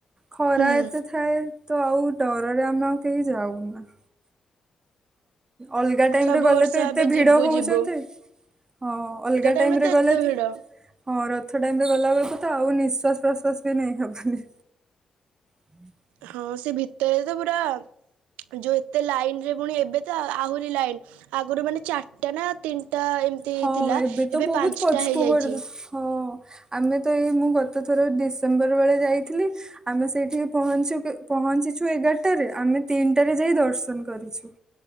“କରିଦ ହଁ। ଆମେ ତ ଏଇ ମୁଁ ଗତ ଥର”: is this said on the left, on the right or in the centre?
Right